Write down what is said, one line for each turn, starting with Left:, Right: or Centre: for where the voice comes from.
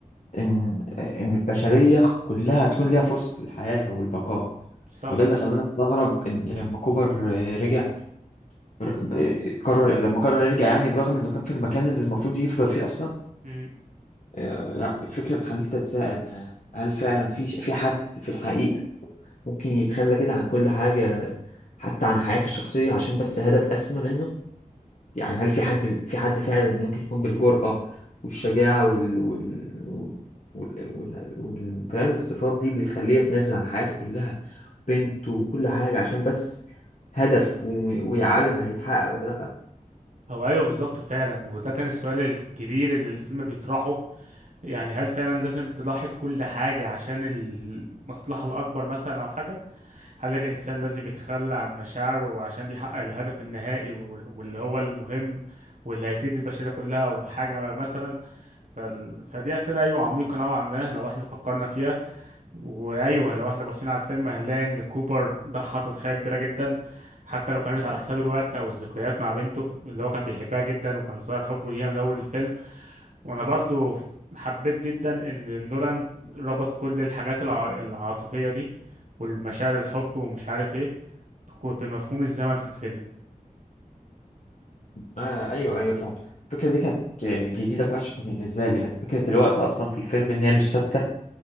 Left: إن إن البشرية كلها تكون ليها فرصة في الحياة والبقاء
Right: صح
Left: وده اللي خلاني أستغرب إن لما كوبر آه، رجع ب- قرر لما قرر يرجع يعني برغم انه كان في المكان اللي المفروض يفضل فيه اصلا
Right: مم.
Left: آه، لا الفكره بتخليك تتساءل آه، هل فعلا في ش- في حد في الحقيقه ممكن يتخلى كده عن كل حاجه حتى عن حياته الشخصيه عشان بس هدف اسمى منه يعني هل في حد في حد فعلا ممكن يكون بالجرأه والشجاعه وال وال وال وال- وال- فاهم الصفات دي اللي يخليه يتنازل عن حياته كلها بنته وكل حاجه عشان بس هدف و- ويعلم هيتحقق ولا
Right: هو أيوه بالظبط فعلا وده كان السؤال الكبير اللي الفيلم بيطرحه يعني هل فعلا لازم تضحي بكل حاجة عشان المصلحة الأكبر مثلا أو حاجة هل الإنسان لازم يتخلى عن مشاعره عشان يحقق الهدف النهائي وال- واللي هو المهم واللي هيفيد البشرية كلها أو حاجة مثلا فال... فدي أسئلة أيوة عميقة نوعا ما لو احنا فكرنا فيها وأيوة لو احنا بصينا على الفيلم هنلاقي إن كوبر ضحى تضحية كبيرة جدا حتى لو كانت على حساب الوقت أو الذكريات مع بنته اللي هو كان بيحبها جدا وكان ظاهر حبه ليها من أول الفيلم وانا برضو حبيت جدا ان نولان ربط كل الحاجات الع- العاطفية دي والمشاعر الحب ومش عارف ايه بكو- بمفهوم الزمن في الفيلم
Left: آه أيوه أيوه فاهم الفكرة دي كانت جديدة فشخ بالنسبة لي يعني فكرة الوقت أصلا في الفيلم إن هي مش ثابتة